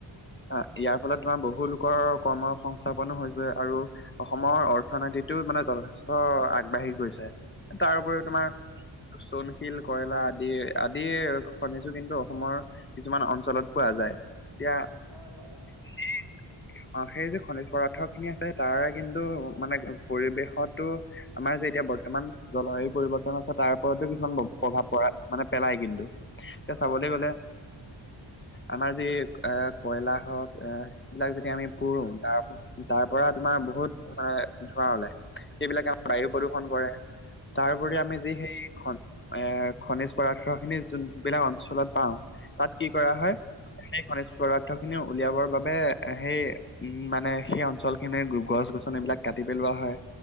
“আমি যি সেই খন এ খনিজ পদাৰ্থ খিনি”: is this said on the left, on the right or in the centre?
Left